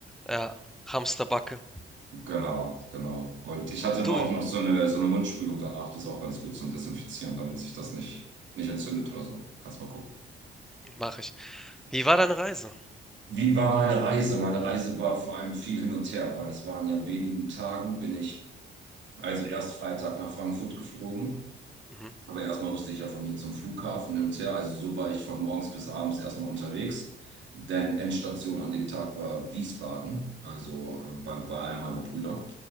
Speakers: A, in the centre; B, on the right.
A: Ja, Hamsterbacke.
B: Genau, genau. Und ich hatte immer
A: Du,
B: auch noch so eine, so eine Mundspülung danach, das ist auch ganz gut zum Desinfizieren, damit sich das nicht, nicht entzündet oder so. Kannst mal gucken.
A: mach ich. Wie war deine Reise?
B: Wie war meine Reise? Meine Reise war vor allem viel hin und her, weil es waren ja in wenigen Tagen, bin ich also erst Freitag nach Frankfurt geflogen.
A: Mhm,
B: Aber erstmal musste ich ja von hier zum Flughafen hin und her. Also so war ich von morgens bis abends erstmal unterwegs. Denn Endstation an dem Tag war Wiesbaden, also äh, bei, bei einem meiner Brüder.